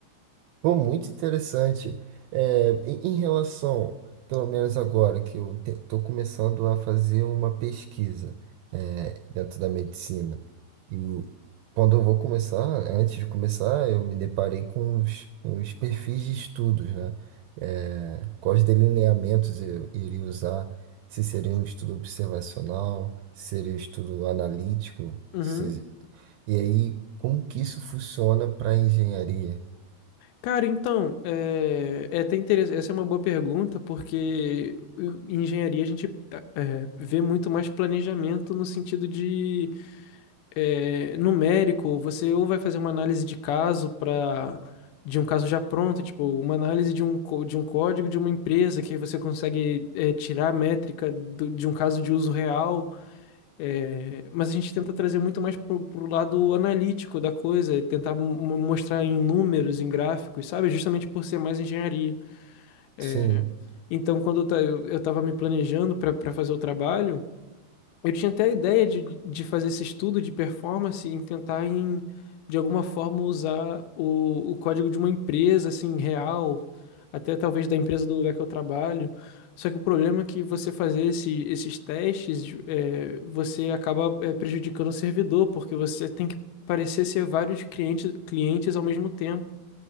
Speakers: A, on the right; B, on the left.
A: Pô, muito interessante. É, em, em relação, pelo menos agora, que eu estou começando a fazer uma pesquisa, é, dentro da medicina. E quando eu vou começar, antes de começar, eu me deparei com os, os perfis de estudos, né? É, quais delineamentos eu iria usar, se seria um estudo observacional, se seria um estudo analítico,
B: Uhum.
A: se- e aí como que isso funciona para a engenharia?
B: Cara, então, é, é até interessante. Essa é uma boa pergunta, porque o- em engenharia a gente é, vê muito mais planejamento no sentido de é, numérico. Você ou vai fazer uma análise de caso para de um caso já pronto, tipo, uma análise de um, co- de um código de uma empresa, que aí você consegue é, tirar a métrica do- de um caso de uso real. É, mas a gente tenta trazer muito mais pro, pro lado analítico da coisa, e tentar mo- mostrar em números, em gráficos, sabe? Justamente por ser mais engenharia. É,
A: Sim.
B: Então, quando eu, ta- eu, eu tava me planejando para fazer o trabalho, eu tinha até a ideia de, de fazer esse estudo de performance e tentar em, de alguma forma usar o, o código de uma empresa assim real, até talvez da empresa do lugar que eu trabalho. Só que o problema é que você fazer esse- esses testes, é, você acaba é, prejudicando o servidor, porque você tem que parecer ser vários clientes, clientes ao mesmo tempo.